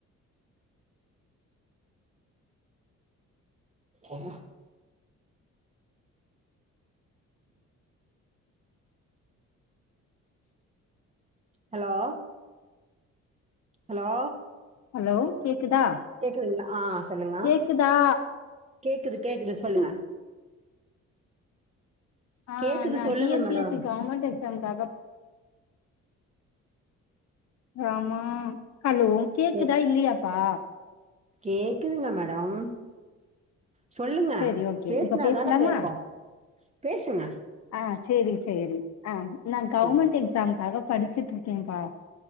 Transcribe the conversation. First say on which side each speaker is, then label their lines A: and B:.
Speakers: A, on the right; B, on the left.
A: ஆஹ ஹலோ ஹலோ
B: ஹலோ கேக்குதா
A: கேக்குதுங்களா ஆ சொல்லுங்க
B: கேக்குதா
A: கேக்குது கேக்குது சொல்லுங்க
B: ஆ
A: கேக்குது
B: நா
A: சொல்லுங்க
B: டி N
A: madam
B: P S C government எக்ஸாம்காக ராமா ஹலோ கேக்கு
A: கே
B: தா இல்லியாப்பா
A: கேக்குதுங்க மேடம் சொல்லுங்க
B: செரி ஓகே
A: பேசுனா
B: இப்ப பேசலாமா
A: தானே கேட்கோ பேசுங்க
B: ஆ சரி சரி ஆ நா கவர்மெண்ட்
A: ம்
B: எக்ஸாம்காக படிச்சுட்டு இருக்கே பா